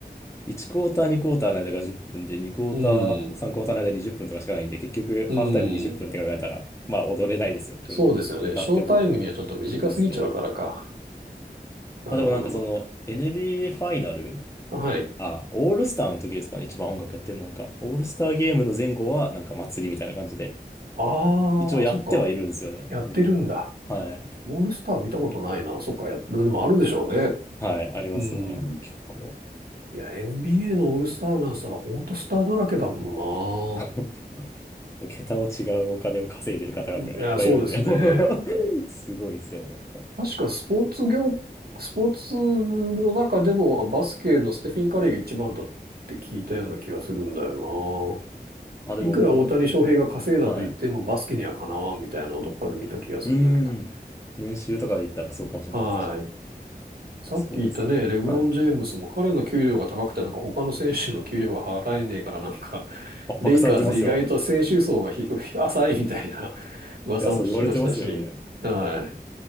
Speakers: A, on the left; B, on the right.
A: 1クォーター、2クォーターの間が10分で、2クォーター、
B: うん。
A: 3クォーターの間20分とかしかないんで、結局、
B: うん。
A: ハーフタイム20分っぷんって考えたら、まあ、踊れないですよね正直。
B: そうですよね。
A: 歌っても、
B: ショータイムにはちょっと短すぎちゃうからか。
A: そうですね。
B: なるほど
A: まあでもなんかその NBA ファイナル
B: な。はい。
A: あ、オールスターの時ですかね、一番音楽やってるのなんか、オールスターゲームの前後はなんか祭りみたいな感じで、
B: あ
A: 一応やってはいるんですよね。
B: あ、あ、そっか。やってるんだ。
A: だけど、はい。
B: オールスター見たことないな。そっか、や、でもあるでしょうね。
A: はい、ありますね。
B: うん。
A: 結構。
B: いや、NBA のオールスターなんしたらほんとスターだらけだも
A: <laughs> 桁を違うお金を稼いでる方々がいっぱいいるんで、
B: んな。いや、そうですね。
A: <laughs> すごいですけど、やっぱ。
B: 確かスポーツ業、スポーツの中でもバスケのステフィン・カリーが一番だって聞いたような気がするんだよ
A: あ、でもも
B: な。いくら大谷翔平が稼いだと言ってもバスケにはかなわんみたいなのをどっかで見た気がするんだけど。
A: う、はい。うーん。年収とかで言ったらそうかもしれないです。
B: はい。
A: 確かに。い
B: さっき言ったね、
A: や、そうですよね。
B: レブロン・
A: はい。
B: ジェームスも彼の給料が高くてなんか他の選手の給料が払えねえからなんか、
A: 圧迫されてますよ。
B: レイカーズ意外と選手層が低く浅いみたいな <laughs> 噂も聞きましたし、
A: いや、そう言われてますよね。
B: はい。